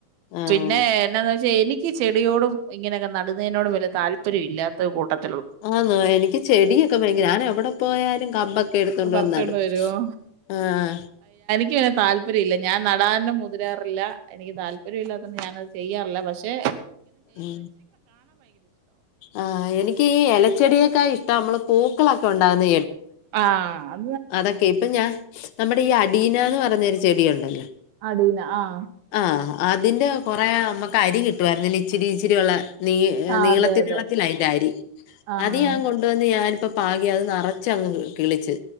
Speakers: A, on the left; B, on the right.
A: ആഹ്
B: പിന്നെ എന്നതാ പക്ഷെ എനിക്ക് ചെടിയോടും ഇങ്ങനെയൊക്കെ നടുന്നതിനോടും വലിയ താല്പര്യം ഇല്ലാത്ത ഒരു കൂട്ടത്തി
A: ആഹ നോ എനിക്ക് ചെടിയൊക്കെ ഭങ്ക ഞാൻ എവിടെ പോയാലും കമ്പൊക്കെ എടുത്തണ്ട
B: പറിച്ചോണ്ട്
A: വന്നടും
B: വരുവോ
A: ആഹ
B: എനിക്ക് താല്പര്യംല്ല ഞാൻ നടാനും മുതിരാറില്ല എനിക്ക് താല്പര്യം താല്പര്യം ഇല്ലാത്തോട് ഞാനത് ചെയ്യാറില്ല പക്ഷേ
A: ഉ ആഹ എനിക്ക് ഇലച്ചെടിയൊക്കെ ഇഷ്ടം നമ്മള് പൂ മക്കൊക്കെ ഉണ്ടാവുന്ന
B: ആഹ
A: അതൊക്കെ ഇപ്പൊ ഞാൻ നമ്മുടെ ഈ അഡീനന്ന് പറഞ്ഞൊരു ചെടിയുണ്ടല്ലോ
B: അടി ന ആഹ
A: ആ അതിന്റെ കൊറെേ നമുക്ക് അരി കിട്ടുവായിരുന്നില്ല ഇച്ചിരി ഇച്ചിരി ഉള്ള നീ
B: ആഹ്
A: നീളത്തി
B: അതെ അതെ
A: നീളത്തിലായി് അരി
B: ആഹ്
A: അത്
B: ആഹ്
A: ഞാൻ കൊണ്ടുവന്ന് ഞാൻ ഇപ്പൊ പാകി അത് നിറച്ച്ങ്ങ് കിളിച്ച്